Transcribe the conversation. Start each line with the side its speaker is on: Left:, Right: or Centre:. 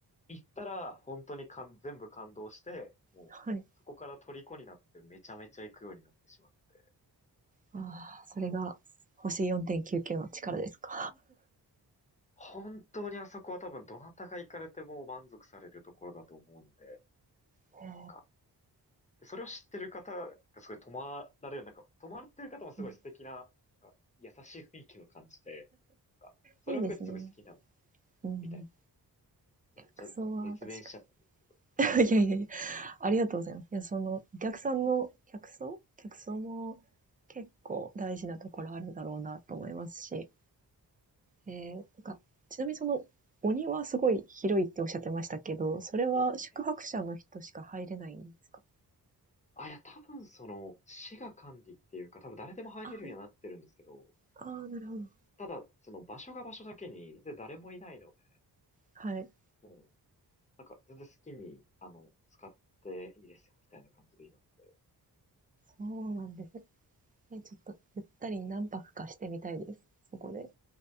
Left: 行ったら本当にかん全部感動して、もうそこから虜になってめちゃめちゃ行くようになってしまって。
Right: はい。ああ、それが星4.99の力ですか。
Left: 本当にあそこは多分どなたが行かれても満足されるところだと思うので、
Right: <laughs> へえ、
Left: なんかそれを知ってる方がすごい泊まられる、なんか、泊まってる方もすごい素敵な、
Right: うん、
Left: なんか、優しい雰囲気を感じて、なんか、それを含めてすごい好きなんです
Right: いいですね。うんうん。
Left: みたいな。めっちゃ熱弁しちゃったんですけど、
Right: 客層は確かに。<laughs> いやいやいや、ありがとうございます。いや、その、お客さんの客層客層も結構大事なところあるだろうなと思いますし、えー、なんか、ちなみにその、鬼はすごい広いっておっしゃってましたけど、それは宿泊者の人しか入れないんですか
Left: えあ、いや、多分その、市が管理っていうか、多分誰でも入れるようにはなってるんですけど、
Right: あーあー、なるほど。
Left: ただ、その場所が場所だけに、全然誰もいないので、
Right: はい。
Left: もう、なんか、全然好きに、あの、使っていいですよ、みたいな感じで言われて。
Right: そうなんですえ、ちょっとゆったり何泊かしてみたいです。そこで。